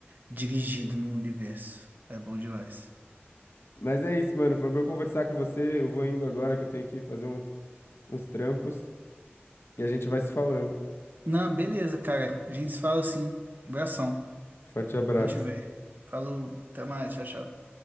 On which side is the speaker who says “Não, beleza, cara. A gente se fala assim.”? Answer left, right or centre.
Right